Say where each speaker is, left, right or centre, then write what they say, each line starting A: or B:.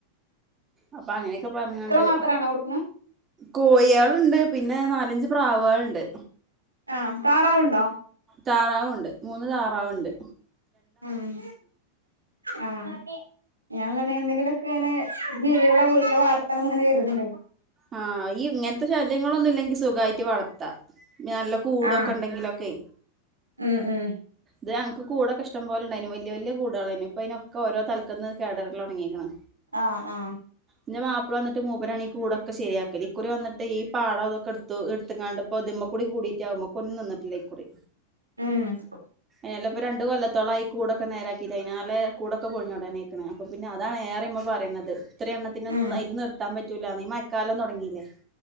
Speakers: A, on the right; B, on the right.
A: അപ്പൊ അങ്ങനെക്ക പറഞ്ഞോണ്ട്
B: മാത്രാണോ കൊടുക്കണെ
A: കോയികൾ ഉണ്ട് പിന്നെ നാലഞ്ച് പ്രാവ്കൾ ഉണ്ട്
B: ആ താറാവ് ഉണ്ടോ
A: താറാവൂണ്ട് മൂന്ന് താറാവ്ണ്ട്
B: ഉം ആ ഞാൻ തന്നെ എന്തെങ്കിലൊക്കെ ങ്ങനെ ജീവികളെ വീട്ടില് വളർത്തണന്ന് ങ്ങനെ കരുതണ്ട്
A: ആ ഈ ഇങ്ങനത്തെ ശല്യങ്ങളൊന്നുല്ലെങ്കി സുഖായിറ്റ് വളത്താ നിഅല്ല കൂടൊക്കെയൊണ്ടെങ്കിലൊക്കെ
B: ആഹ് ഉം ഉം
A: ത് ഞങ്ങക്ക് കൂടൊക്കെ ഇഷ്ടം പോലെയണ്ടെയ്നു വല്യ വല്യ കൂടേളേനു ഇപ്പോ അയ്നൊക്കൊ ഓരോ തലക്കലേന്ന് കേടറെരലൊടങ്ങീക്ക്ണ്
B: ആ ആ
A: ൻ്റ മാപ്പ്ള വന്നിട്ട് മൂപ്പരാണ് ഈ കൂടൊക്കെ ശരിയാക്കല് ക്കുറി വന്ന്ട്ട് ഈ പാടൊ തൊക്കട്ത്തു ട്‌ത്ത്ങ്ങാണ്ട് പ്പൊ തിമ്മക്കൂടി കൂടീറ്റ് ഔമക്കൊന്നു നിന്ന്ട്ടില്ല ഇക്കുറി
B: ഉം
A: ഏലപ്പൊ രണ്ട് കൊല്ലത്തോളായി കൂടൊ ക്ക നേരാക്കീറ്റ് അയ്നാലെ കൂടൊക്ക പൊളിഞ്ഞാടാനായ്ക്ക്ണ് അപ്പ പിന്ന അതാണ് ഏറെമ്മ പറയ്ണത് ഇത്രി എണ്ണത്തിനൊന്ന
B: ഉം
A: അയ്ല് നിർത്താൻ പറ്റൂലാന്ന് ഈ മയക്കാലം തൊടങ്ങീലെ